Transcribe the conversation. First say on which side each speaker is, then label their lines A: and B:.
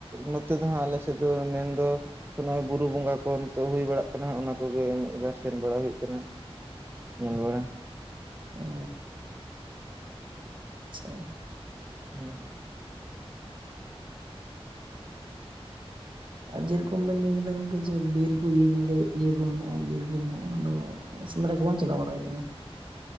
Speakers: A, on the right (about 20°); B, on the right (about 50°).
A: ᱱᱚᱛᱮ ᱫᱚ ᱦᱟᱸᱜ ᱟᱞᱮ ᱥᱮᱫ ᱫᱚ ᱢᱮᱱᱫᱚ ᱾ ᱱᱚᱜᱼᱚᱭ ᱵᱩᱨᱩ ᱵᱚᱸᱜᱟ ᱠᱚ ᱱᱤᱛᱚᱜ ᱦᱩᱭ ᱵᱟᱲᱟᱜ ᱠᱟᱱᱟ ᱚᱱᱟ ᱠᱚᱜᱮ ᱢᱤᱫᱵᱟᱨ ᱥᱮᱱ ᱵᱟᱲᱟ ᱦᱩᱭᱩᱜ ᱠᱟᱱᱟ ᱧᱮᱞ ᱵᱟᱲᱟ
B: ᱚ ᱟᱪᱪᱷᱟ ᱾
A: ᱦᱮᱸ ᱾
B: ᱟᱨ ᱡᱮᱨᱚᱠᱚᱢ ᱵᱮᱱ ᱞᱟᱹᱭ ᱠᱮᱫᱟ ᱜᱚᱝᱠᱮ ᱡᱮ ᱵᱤᱨ ᱠᱚ ᱤᱭᱟᱹ ᱠᱚ ᱤᱭᱟᱹ ᱠᱚ ᱢᱮᱱᱟᱜᱼᱟ ᱵᱤᱨ ᱠᱚ ᱢᱮᱱᱟᱜᱼᱟ ᱟᱫᱚ ᱾ ᱥᱮᱸᱫᱽᱨᱟ ᱠᱚ ᱵᱟᱝ ᱪᱟᱞᱟᱣ ᱵᱟᱲᱟ ᱦᱩᱭᱩᱜ ᱠᱟᱱᱟ ᱾